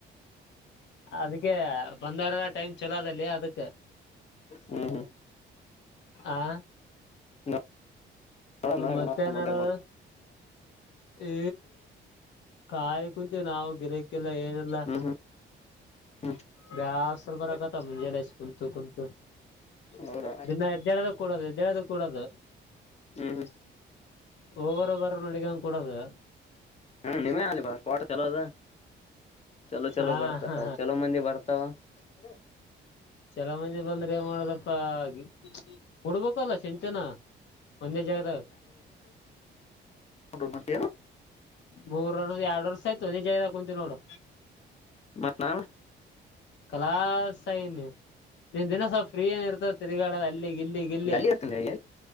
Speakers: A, on the left; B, on the left.
A: ಅದಕ್ಕೆ ಬಂದವರನ ಟೈಮ್ ಚಲೋ ಅದಲ್ಲಿ ಅದಕ್
B: ಹ್ಮ್ ಹ್ಮ್
A: ಆ
B: <inaudible> ನ ನೋಡ
A: ಮತ್ತೆ ನಡದ
B: ಏನಿಲ್ಲ
A: ಏ ಕಾಯಿ ಕುಂತು ನಾವು ಗಿರಾಕಿ ಇಲ್ಲ ಏನೆಲ್ಲ
B: ಹ್ಮ್ ಹ್ಮ್
A: ವ್ಯಾಸರು
B: ಹ್ಮ್
A: ಬರಕತ್ತದೆ ಮುಂಜಾನೆಯಿಂದ ಕುಂತು ಕುಂತು
B: ಹೌದಾ
A: ದಿನ ಎದ್ದೇಳೋದು ಕೋರದು ದು ಕೂಡದು
B: ಹ್ಮ್ ಹ್ಮ್
A: ಒಬರೊಬ್ಬರ ನಡಗ ಕೂಡದು
B: ಹ ನಿಮೇ ಅ ಬ ಪೋಟ ಕೆಲೋದ ಚಲೋ ಚಲೋ
A: ಹಾ
B: ಬರ್ತಾವ
A: ಹಾ
B: ಚಲೋ ಮಂದಿ ಬರ್ತಾವ ಹ್ಮ
A: ಚಲ ಮಂದಿ ಬಂದ್ರೆ ಏನ್ ಮಾಡದಪ್ಪ ಸ್ಪ ಹಾಗೆ ಕೊಡಬೇಕು ಲ್ಲ ಚಂತೆೆನಾ ಒಂದೇ ಜಾಗದ
B: ಹ ಮ
A: ಬೋರರು ಎರಡರ್ಶಾ ಆಯ್ತು ಅೇ ಜದಾಗ ಕುಂತು ನೋಡು
B: ಮತ್ತು ನಾವು
A: ಕಲಾೈ ನೀ ನಿನ್ ದಿನ ಸ್ವಲ್ಪ ಫ್ರೀ ಏನ್ ಇರ್ತದೆ ತಿರ್ಗಾಳದ ಅಲ್ಲಿ ಗಿಲ್ಲಿ ಗಿಲ್ಲಿ
B: ಎಲ್ಲಿ ಇರ್ತನ